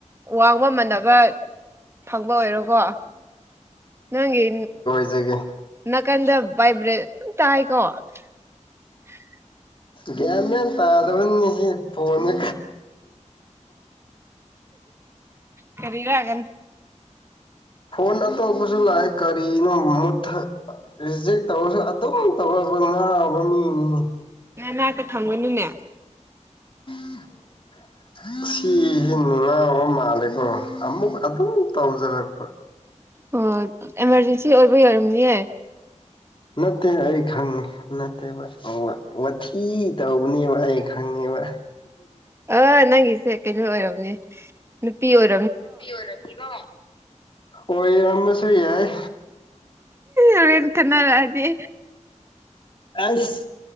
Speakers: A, on the right; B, on the left.
A: ꯋꯥꯡꯕ ꯃꯥꯟꯅꯕ ꯐꯪꯕ ꯑꯣꯏꯔꯣꯀꯣ ꯅꯪꯒꯤ
B: ꯄꯤꯖꯒꯦ
A: ꯅꯥꯀꯟꯗ ꯕꯥꯏꯕ꯭ꯔꯦꯠ ꯇꯥꯏꯀꯣ <inaudible>
B: ꯒ꯭ꯌꯥꯟ ꯃꯦꯟ ꯇꯥꯗꯕꯅꯤꯅꯦ ꯐꯣꯟꯁꯦ
A: ꯀꯔꯤꯔ ꯌꯥꯝ
B: ꯐꯣꯟ ꯑꯇꯣꯞꯕꯁꯨ ꯂꯥꯛꯑꯦ ꯀꯔꯤꯅꯣ ꯃꯨꯠ ꯔꯤꯖꯦꯛ ꯇꯧꯔꯁꯨ ꯑꯗꯨꯝ ꯇꯧꯔꯕ ꯉꯥꯎꯕ ꯃꯤꯅꯤꯅꯦ
A: ꯅꯅꯥꯛꯇ ꯊꯝꯒꯅꯤꯅꯦ
B: <unintelligible> ꯁꯤꯁꯤ ꯅꯨꯡꯉꯥꯎꯕ ꯃꯥꯜꯂꯦꯀꯣ ꯑꯃꯨꯛ ꯑꯗꯨꯝ ꯇꯧꯖꯔꯛꯄ
A: ꯑꯣ ꯑꯦꯃꯥꯔꯖꯦꯟꯁꯤ ꯑꯣꯏꯕ ꯑꯣꯏꯔꯝꯅꯤꯌꯦ
B: ꯅꯠꯇꯦ ꯑꯩ ꯈꯪꯉꯤ ꯅꯠꯇꯦꯕ ꯋꯥꯊꯤ ꯇꯧꯕꯅꯦꯕ ꯑꯩ ꯈꯪꯉꯦꯕ
A: ꯑ ꯅꯪꯒꯤꯁꯦ ꯀꯩꯅꯣ ꯑꯣꯏꯔꯕꯝꯅꯦ ꯅꯨꯄꯤ ꯑꯣꯏ
B: ꯅꯨꯄꯤ ꯑꯣꯢꯔꯝꯅꯤꯀꯣ ꯑꯣꯢꯔꯝꯃꯁꯨ ꯌꯥꯢ
A: ꯍꯣꯔꯦꯟ ꯈꯠꯅꯔꯛꯑꯗꯤ
B: ꯑꯁ